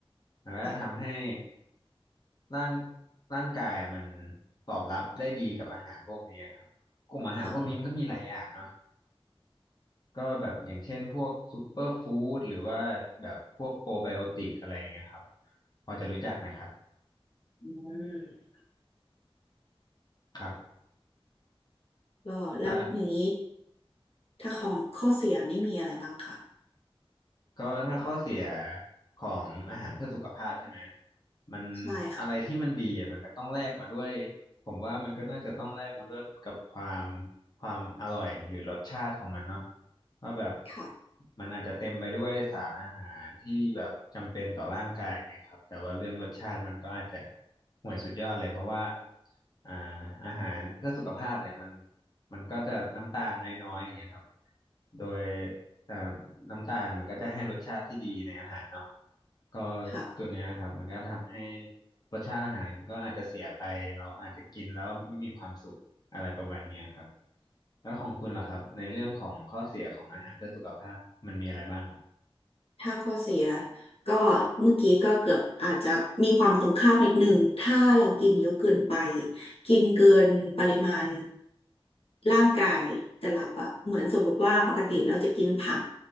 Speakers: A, on the left; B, on the left.
A: มันก็จะทำให้
B: ค่ะ
A: ร่างร่างกายมันตอบรับได้ดีกับอาหารพวกนี้ครับกลุ่มอาหารพวกนี้มันก็มีหลายอย่างเนาะ
B: ค่ะ
A: ก็แบบอย่างเช่นพวกซูเปอร์ฟู้ดหรือว่าแบบพวกโปรไบโอติกอะไรอย่างเงี้ยครับพอจะรู้จักไหมครับ
B: อืม
A: ครับ
B: ก็แล้วอย่างนี้
A: ถ้า
B: ถ้าของข้อเสียนี่มีอะไรบ้างคะ
A: ก็ถ้าข้อเสียของอาหารเพื่อสุขภาพใช่ไหมมัน
B: ใช่ค่ะ
A: อะไรที่มันดีอ่ะมันก็ต้องแลกมาด้วยผมว่ามันก็น่าจะต้องแลกมาด้วยกับความความอร่อยหรือรสชาติของมันเนาะว่าแบบ
B: ค่ะ
A: มันอาจจะเต็มไปด้วยสารอาหารที่แบบจำเป็นต่อร่างกายเนี่ยครับแต่ว่าเรื่องรสชาติมันก็อาจจะห่วยสุดยอดเลยเพราะว่าอ่าอาหารเพื่อสุขภาพเนี่ยมันมันก็จะน้ำตาลน้อยๆอย่างเงี้ยครับโดย เอ่อน้ำตาลมันก็จะให้รสชาติที่ดีในอาหารเนาะก็
B: ค่ะ
A: ตัวเนี้ยครับมันก็ทำให้รสชาติอาหารก็อาจจะเสียไปเราอาจจะกินแล้วไม่มีความสุขอะไรประมาณเนี้ยครับแล้วของคุณล่ะครับในเรื่องของข้อเสียของอาหารเพื่อสุขภาพมันมีอะไรบ้างครับ
B: ถ้าข้อเสียก็เมื่อกี้ก็เกือบอาจจะมีความตรงข้ามนิดหนึ่งถ้าเรากินเยอะเกินไปกินเกินปริมาณร่างกายจะรับอะเหมือนสมมติว่าปกติเราจะกินผัก